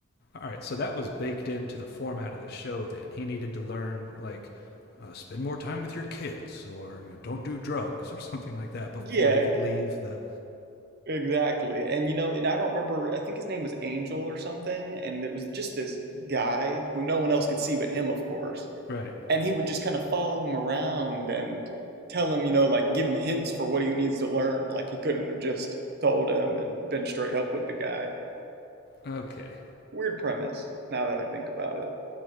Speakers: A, on the left (about 50°); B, on the right (about 50°).
A: all right. So that was baked into the format of the show. Then he needed to learn like uh, spend more time with your kids or you know, don't do drugs or something like that before
B: Yeah,
A: he could leave the
B: exactly. And you know, and I don't remember, I think his name was Angel or something, and it was just this guy who no one else could see but him, of course.
A: right.
B: and he would just kind of follow him around and tell him, you know, like give him hints for what he needs to learn. Like he couldn't have just told him and been straight up with the guy.
A: Okay,
B: Weird premise. Now that I think about it,